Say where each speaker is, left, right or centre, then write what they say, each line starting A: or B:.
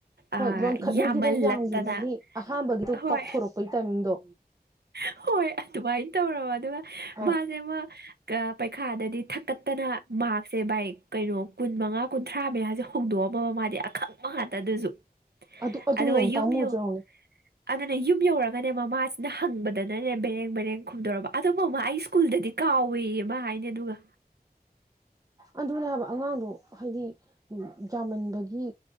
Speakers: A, on the right (about 20°); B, on the right (about 80°).
A: ꯍꯣꯏ
B: ꯑ,
A: ꯂꯣꯟꯈꯠꯅꯈꯤꯕꯩ
B: ꯌꯥꯝꯃꯜꯂꯛꯇꯅ
A: ꯌꯥꯝꯒꯤꯕꯒꯤ ꯑꯍꯥꯟꯕꯒꯤꯗꯣ
B: ꯍꯣꯏ
A: ꯀꯥꯎꯊꯣꯔꯛꯄꯒꯤ ꯇꯥꯏꯃꯤꯡꯗꯣ
B: ꯍꯣꯏ ꯑꯗꯨꯃꯥꯏꯅ ꯇꯧꯔꯕ ꯑꯗꯨꯒ
A: ꯑꯥ
B: ꯃꯥꯖꯦ ꯑꯃꯥ ꯀ ꯄꯩꯈꯥꯗꯗꯤ ꯊꯛꯀꯠꯇꯅ ꯃꯥꯔꯛꯁꯦ ꯕꯥꯏ ꯀꯩꯅꯣ ꯀꯨꯟ ꯃꯉꯥ ꯀꯨꯟꯊ꯭ꯔꯥ ꯃꯌꯥꯖꯦ ꯍꯨꯟꯗꯣꯛꯑꯝꯃꯕ ꯃꯥꯗꯤ ꯑꯈꯪꯕ ꯉꯥꯛꯇ ꯑꯗꯨꯖꯨ
A: ꯑꯗꯨ ꯑꯗꯨ
B: ꯑꯗꯨꯒ
A: ꯌꯦꯡꯉꯨ
B: ꯌꯨꯝ
A: ꯄꯥꯝꯃꯨꯗ꯭ꯔꯣ
B: ꯌꯧ
A: ꯌꯦꯡꯉꯨꯅꯦ
B: ꯑꯗꯨꯅꯦ ꯌꯨꯝ ꯌꯧꯔꯒꯅꯦ ꯃꯃꯥ ꯁꯤꯅ ꯍꯪꯕꯗꯅꯅꯦ ꯕꯔꯦꯡ ꯕꯔꯦꯡ ꯈꯨꯝꯗꯣꯔꯕ ꯑꯗꯨ ꯃꯃꯥ ꯑꯩ ꯁ꯭ꯀꯨꯜꯗꯗꯤ ꯀꯥꯎꯏ ꯃꯥ ꯍꯥꯏꯅꯤ ꯑꯗꯨꯒ
A: ꯑꯗꯨꯅꯦ ꯍꯥꯏꯕ ꯑꯉꯥꯡꯗꯣ ꯍꯥꯏꯗꯤ ꯌꯥꯝꯃꯟꯕꯒꯤ